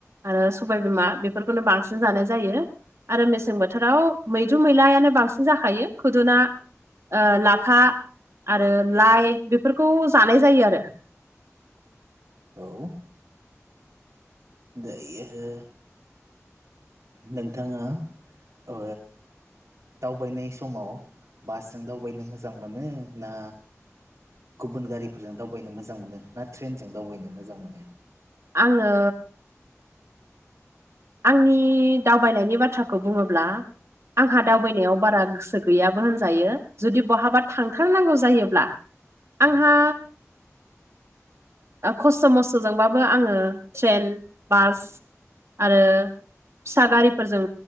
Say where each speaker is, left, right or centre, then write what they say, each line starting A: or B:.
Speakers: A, on the right; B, on the right.
A: आरो सबायबिमा बेफोरखौनो बांसिन जानाय जायो आरो मेसें बोथोराव मैद्रु मैलायानो बांसिन जाखायो खुदुना ओ लाफा आरो लाइ बेफोरखौ जानाय जायो आरो
B: औ दायो नोंथाङा ओ दावबायनाय समाव बासजों दावबायनो मोजां मोनो ना गुबुन गारिफोरजों दावबायनो मोजां मोनो ना ट्रेनजों दावबायनो मोजां मोनो
A: आङो आंनि दावबायनायनि बाथ्राखौ बुङोब्ला आंहा दावबायनायाव बारा गोसो गैयाबो होनजायो जुदि बहाबा थांथारनांगौ जायोब्ला आंहा खस्थ मस्थजोंबाबो आङो ट्रेन बास आरो फिसा गारिफोरजों